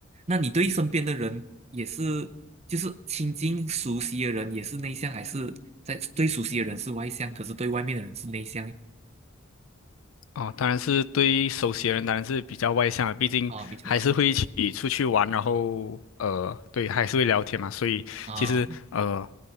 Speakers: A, on the right; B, on the left.
A: 那你对身边的人也是，就是亲近熟悉的人也是内向，还是在对熟悉的人是外向，可是对外面的人是内向？
B: 哦，当然是对熟悉的人，当然是比较外向的，毕竟还是会一起出去玩，
A: 哦，比较外向
B: 然后呃，对，还是会聊天嘛，所以其实呃，
A: 啊、